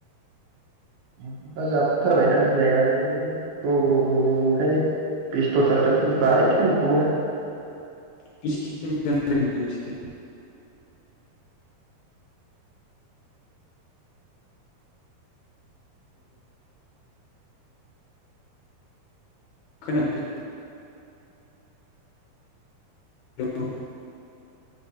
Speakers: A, on the right; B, on the left.
A: एम्फौफ्रा जाफुथारबायना बिलाइआ आइऔ ग्रौ ग्रौ ग्रौ ग्रौ ओंखायनो बेस्थ'थार दासानदि बानायनो टाइमखौ मोना।
B: <unintelligible> खोनाखै? <unintelligible>